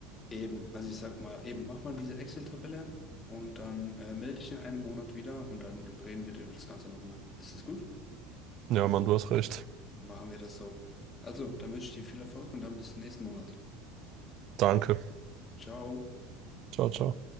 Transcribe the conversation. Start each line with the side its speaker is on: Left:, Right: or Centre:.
Left: eben. Also ich sag mal, eben, mach mal diese Excel-Tabelle und dann äh, melde dich in einem Monat wieder und dann reden wir über das Ganze nochmal. Ist das gut?
Right: Ja, Mann, du hast recht.
Left: Machen wir das so. Also, dann wünsche ich dir viel Erfolg und dann bis nächsten Monat.
Right: Danke.
Left: Ciao.
Right: Ciao, ciao.